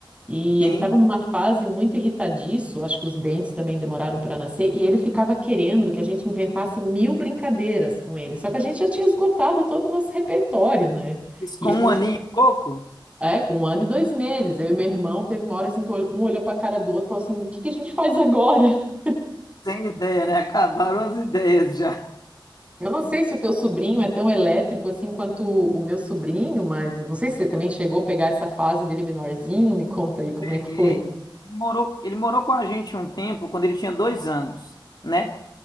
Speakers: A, on the right; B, on the left.
A: E
B: Sim.
A: ele estava numa fase muito irritadiço, acho que os dentes também demoraram para nascer, e ele ficava querendo que a gente inventasse mil brincadeiras com ele. Só que a gente já tinha esgotado todo o nosso repertório, né?
B: Isso
A: E
B: com
A: ele começou
B: um aninho e pouco?
A: é, com um ano e dois meses. Eu e meu irmão teve uma hora assim que um olhou pra cara do outro e falou assim: o que que a gente faz agora? <laughs>
B: Sem ideia, né? Acabaram as ideias já.
A: Eu não sei se o teu sobrinho é tão elétrico assim quanto o meu sobrinho, mas não sei se você também chegou a pegar essa fase dele menorzinho. Me conta aí como
B: Peguei.
A: é que foi.
B: Ele morou, ele morou com a gente um tempo, quando ele tinha dois anos, né?